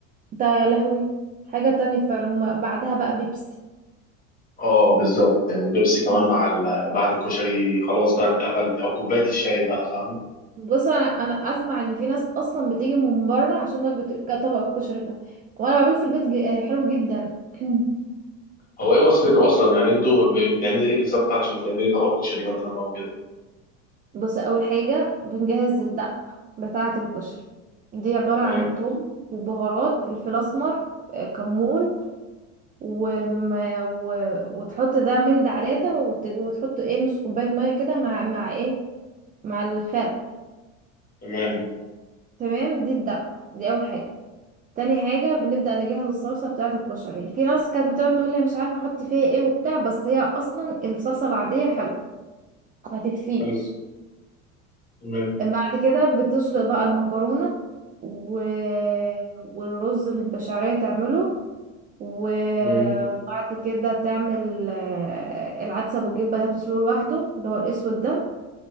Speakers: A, on the right (about 25°); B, on the left (about 25°).
A: ده يا لهوي حاجة تانية فعلا هما بعدها بقى بيبسي
B: اه بالظبط يعني بيبسي كمان
A: مم.
B: مع ال... بعد الكشري خلاص بقى انت قفلت او كوبايه الشاي بقى فاهمه
A: بص انا انا اسمع ان في ناس اصلا بتيجي من بره عشان وجبة كطبق الكشري ده وانا بعمله في البيت ج- آه، حلو جدا <clears throat>
B: هو ايه وصفته اصلا يعني انتوا ب- بتعملي ايه بالظبط علشان تعملي طبق كشري مثلا او كده
A: بص اول حاجة بنجهز الدقة بتاعة الكشري دي عبارة
B: تمام
A: عن توم وبهارات فلفل اسمر آه، كمون وم... و... وتحط ده من ده على ده وت... وتحط ايه نص كوباية مية كده مع مع ايه مع الخل
B: تمام
A: تمام دي الدقة دي اول حاجة تاني حاجة بنبدأ نجهز الصلصة بتاعة الكشري في ناس كانت بتقعد تقول لي مش عارفة احط فيها ايه وبتاع بس هي اصلا الصلصة العادية حلوة ما تكفيش
B: حلو تمام
A: بعد كده بتسلق بقى المكرونة و... والرز البشعرية تعمله و...
B: مم.
A: وبعد كده تعمل آه، العدسة بالجبة ده بتسلقه لوحده اللي هو الأسود ده